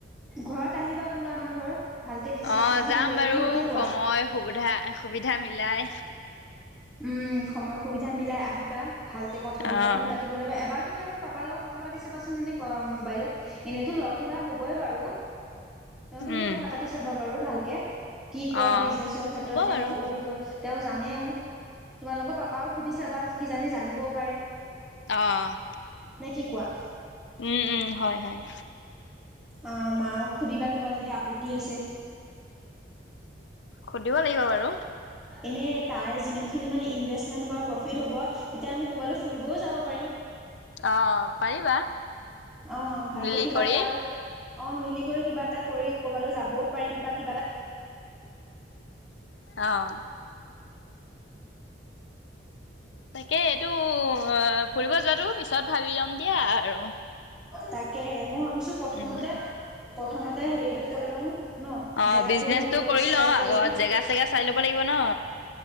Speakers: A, in the centre; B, on the left.
A: ঘৰত আহিবা বোলো আমাৰ ঘৰত ভালকে ডিচকাচন
B: অ, '
A: খিনি
B: যাম
A: কৰিম
B: বাৰু
A: ন কি কোৱা?
B: সময় সুবিধা, সুবিধা মিলাই
A: উম, সময় সুবিধা মিলাই আহিবা ভালকৈ কথা
B: অ'
A: বতৰাখিনি পাতিব লাগিব এবাৰ তুমি আমাৰ পাপাৰ লগত কথা পাতি চাবাচোন মানে মোবাইলত এনেইতো লগ ধৰা হবই বাৰু তেওঁ তুমি
B: উম,
A: কথা পাতি চাবা বাৰু ভালকে কি কয়
B: অ'
A: বিজনেছৰ ক্ষেত্ৰত
B: হ'ব
A: তেওঁ
B: বাৰু
A: অভিজ্ঞ তেওঁ জানেও তোমালোকৰ পাপাও সুধিছ বা কিজানি জানিবও পাৰে
B: অ',
A: নে কি কোৱা
B: উম, উম, হয়, হয়
A: অ', মাকো সুধিবা কিবা যদি আপত্তি আছে
B: সুধিব লাগিব বাৰু
A: এনেই তাৰে যিমানখিনি মানে ইনভেষ্ট প্ৰফিট হ'ব তেতিয়া আমি ফুৰিবও যাব পাৰিম
B: অ', পাৰিবা
A: অ, ' ভালকে
B: মিলি
A: কিবা
B: কৰি
A: এটা আৰু অ', মিলি কৰি কিবা এটা কৰি ক'বালৈ যাবও পাৰিম বা কিবা এটা
B: আহ, তাকে এইটো ফুৰিব যোৱাতটো পিছত ভাবি লম দিয়া আৰু
A: তাকেহে মই ভাবিছো প্ৰথমতে,
B: উম,
A: প্ৰথমতে হেৰিতটো কৈ লওঁ ন
B: অ,
A: জেগাটো
B: ' বিজনেচটো
A: হেৰি
B: কৰি
A: চেটেল
B: ল আগত
A: লওঁ
B: জেগা চেগা চাই ল'ব লাগিব ন।